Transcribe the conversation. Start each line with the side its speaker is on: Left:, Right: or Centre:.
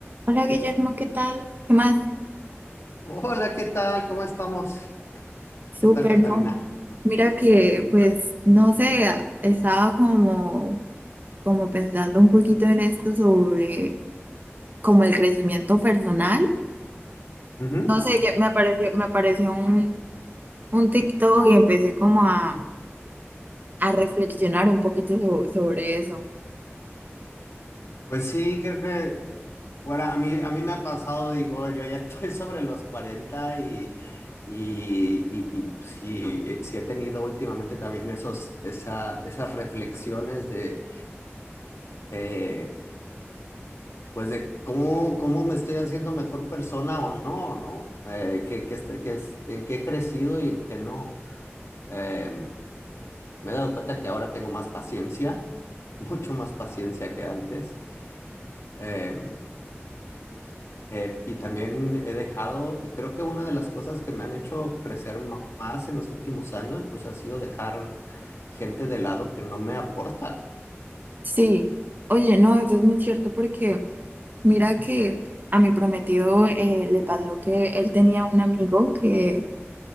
Right: Hola Guillermo, ¿qué tal? ¿Qué más?
Left: Hola, ¿qué tal? ¿Cómo estamos?
Right: Súper,
Left: ¿Qué tal, Catalina?
Right: ¿no? Mira que
Left: Eh,
Right: pues no sé, estaba como, como pensando un poquito en esto sobre como el crecimiento personal.
Left: ujú.
Right: No sé, que me apareció, me apareció un, un TikTok y empecé como a, a reflexionar un poquito so- sobre eso.
Left: Pues sí, creo que, bueno, a mí, a mí me ha pasado, digo, <laughs> yo ya estoy sobre los 40 y, y, y, y pues, sí, eh, sí he tenido últimamente también esos, esa, esas reflexiones de, eh, pues de cómo, cómo me estoy haciendo mejor persona o no, ¿no? Eh, que, que, este- que es, en qué he crecido y en qué no. Em, me he dado cuenta que ahora tengo más paciencia, <laughs> mucho más paciencia que antes. Em, eh, y también he dejado, y creo que una de las cosas que me han hecho crecer ma- más en los últimos años, pues ha sido dejar gente de lado que no me aporta.
Right: Sí, oye, no, eso es muy cierto porque mira que a mi prometido eh, le pasó que él tenía un amigo que